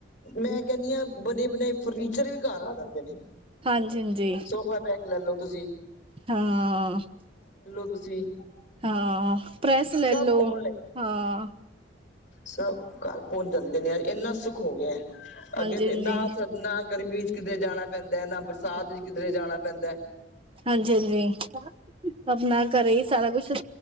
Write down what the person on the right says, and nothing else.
ਹਾਂਜੀ ਹਾਂਜੀ
ਹਾਂ।
ਹਾਂ ਪ੍ਰੈਸ ਲੈ
ਲੋ
ਹਾਂ।
ਹਾਂਜੀ
ਹਾਂਜੀ
ਹਾਂਜੀ-ਹਾਂਜੀ ਆਪਣਾ ਘਰੇ ਈ ਸਾਰਾ ਕੁੱਛ ਸ